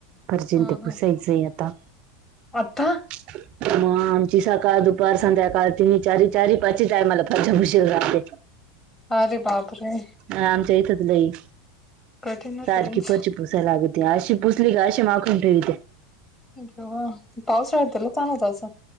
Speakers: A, on the right; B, on the left.
A: परशी
B: हा
A: ते
B: हा.
A: पुसायचंय आता.
B: आता
A: <inaudible> मग आमची सकाळ दुपार संध्याकाळ तिनी चारी चारी पाची टाईमाला आहे मला फरशा पुशीत राहते.
B: अरे बाप रे!
A: ह आमच्या इथतलंही
B: कठीणच
A: सारखी
B: आहे तुमचं
A: फरशी पुसा पुसालागते आशी पुसली का आशी माखुन ठेवीते.
B: व पावसाळ्यात तर लय ताण होत असेल?